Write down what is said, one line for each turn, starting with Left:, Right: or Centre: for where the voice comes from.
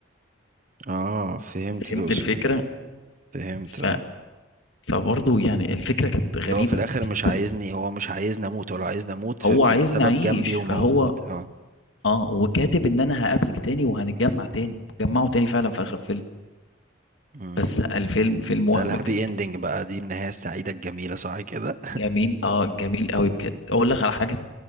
Right: اه فهمت
Left: فهمت
Right: تقصد
Left: الفكرة
Right: إيه. فهمت
Left: ف
Right: اه
Left: فبرضه يعني الفكرة كانت غريبة
Right: اللي هو في الاخر
Left: بس
Right: مش عايزني هو مش عايزني اموت ولا عايزني اموت فالسبب
Left: هو عايزني اعيش
Right: جنبي وموجود
Left: فهو
Right: اه
Left: اه وكاتب ان انا هقابلك تاني وهنتجمع تاني جمعوا تاني فعلا في اخر الفيلم
Right: مم.
Left: بس لا الفيلم فيلم وهم
Right: ده الهابي
Left: بجد
Right: اندنج بقى دي النهاية السعيدة الجميلة صح كده
Left: جميل اه جميل قوي بجد اقول لك على حاجه